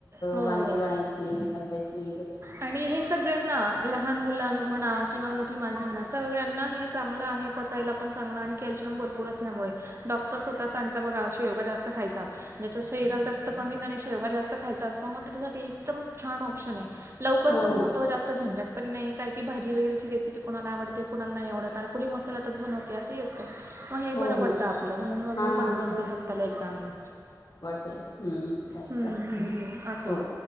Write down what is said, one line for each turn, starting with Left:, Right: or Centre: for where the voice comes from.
Right: हो
Left: वांगे वढायचे. चेरी बनवायचीये
Right: आणि हे सगळ्यांना. लहान मुलां म्हणा किंवा मोठी माणसं म्हणा, सगळ्यांना हे चांगलं आहे, पचायला पण चांगलं आणि. कॅल्शियम भरपूर असल्यामुळे डॉक्टर स्वतः सांगता बघा शेवगा जास्त खायचा. ज्याच्या शरीरात रक्त कमी त्याने शेवगा जास्त खायचा असतो मग त्याच्यासाठी एकदम छान ऑप्शन आहे. लवकर
Left: हो
Right: पण होतं, जास्त झंझट. पण नाही कायती भाजी वेगरेची रेसिपी कोणाला आवडते कोणा नाही आवडत आणि कुणी मसालातच बनवत असही असतं मग हे बरं
Left: हो
Right: पडतं
Left: हो
Right: आपलं, म्हणून मग मी
Left: हा हा
Right: बनवत असते हप्त्याला एकदा आणून.
Left: ते हम्म. जास्त
Right: हम्म हम्म हम्म असो
Left: हो.